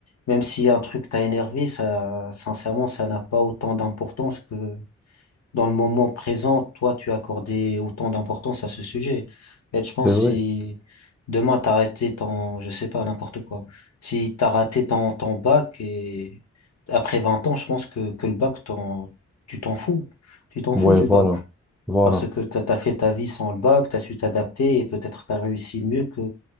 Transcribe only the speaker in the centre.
C'est vrai.
Ouais,
voilà.
Voilà.